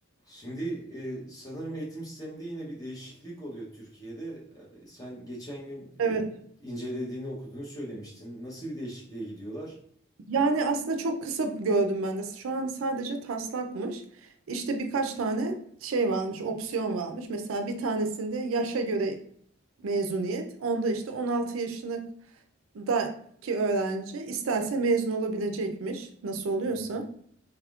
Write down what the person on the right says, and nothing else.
Evet.
Yani aslında çok kısa gördüm ben de. Şu an sadece taslakmış. İşte birkaç tane şey varmış, opsiyon varmış. Mesela bir tanesinde yaşa göre mezuniyet. Onda işte 16 yaşındaki öğrenci isterse mezun olabilecekmiş. Nasıl oluyorsa.